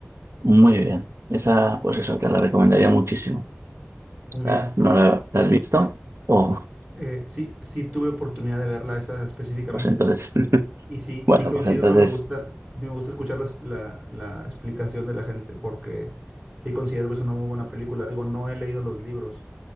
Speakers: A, on the right; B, on the right.
A: muy bien. Esa, pues eso, te la recomendaría muchísimo.
B: muy
A: Ah,
B: bien.
A: ¿No la, la has visto? Oh,
B: Eh, sí, sí tuve oportunidad de verla esa específicamente.
A: pues entonces, <laughs>
B: Y sí,
A: bueno,
B: sí coincido,
A: pues entonces...
B: no, me gusta, sí me gusta escuchar las- la, la explicación de la gente porque sí considero que es una muy buena película. Digo, no he leído los libros,